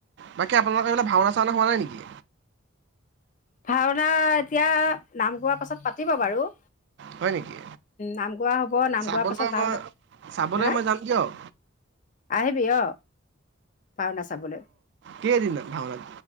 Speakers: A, on the right; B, on the left.
A: বাকী আপোনালোকৰ সেইফালে ভাওনা চাওনা হোৱা নাই নেকি?
B: ভাওনা এতিয়া নাম গোৱাৰ পাছত পাতিব বাৰু।
A: হয় নেকি?
B: নাম গোৱা হ'ব, নাম
A: চাবলৈ
B: গোৱাৰ পাছত ভাওনা,
A: মই চাবলৈ
B: হা?
A: মই যাম দিয়ক।
B: আহিবি অ, ভাওনা চাবলৈ।
A: কেই দিন ভাওনাত